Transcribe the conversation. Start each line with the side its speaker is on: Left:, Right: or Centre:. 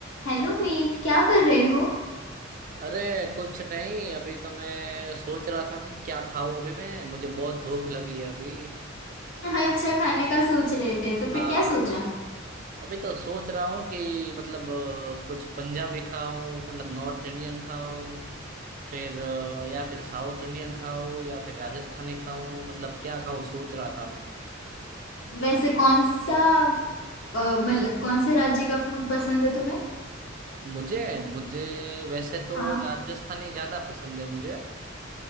Left: Hello Meet क्या कर रहे हो
Right: अरे कुछ नहीं अभी तो मैं सोच रहा था कि क्या खाऊं अभी मैं मुझे बहुत भूख लगी है अभी
Left: हाँ, अच्छा खाने का सोच रहे थे तो फिर
Right: हाँ
Left: क्या सोचा
Right: अभी तो सोच रहा हूँ कि मतलब अ, कुछ पंजाबी खाऊं मतलब नॉर्थ इंडियन खाऊं फिर अ, या फिर साउथ इंडियन खाऊं या फिर राजस्थानी खाऊं मतलब क्या खाऊं सोच रहा था मैं
Left: वैसे कौन सा अ, मतलब
Right: नहीं,
Left: कौन से राज्य का फूड पसंद है तुम्हें
Right: मुझे मुझे वैसे तो
Left: हाँ
Right: राजस्थानी ज्यादा पसंद है मुझे